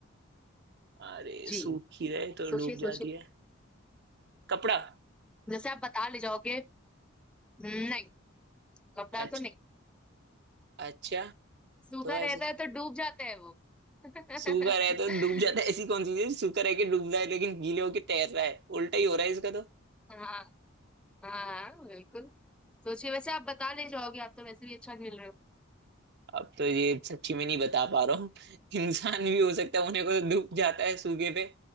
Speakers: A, on the right; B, in the centre.
A: अरे
B: जी
A: सूखी रहे तो डूब
B: सोचिए
A: जाती
B: सोचिए
A: है कपड़ा
B: जैसे आप बता ले जाओगे "हम्म, नहीं कपड़ा
A: अच्छा
B: तो नहीं
A: अच्छा
B: सूखा
A: तो ऐसे
B: रहता है तो डूब जाता है वो <laughs>
A: सूखा रहे तो डूब जाता है ऐसी कौन सी चीज सूखा रह के डूब रहा है लेकिन गीले होके तैर रहा है उल्टा ही हो रहा है इसका तो
B: हाँ हाँ बिल्कुल सोचिए वैसे आप बता ले जाओगे आप तो वैसे भी अच्छा खेल रहे हो
A: अब तो ये सच्ची में नहीं बता पा रहा हूँ <laughs> इंसान भी हो सकता है होने को तो डूब जाता है सूखे पे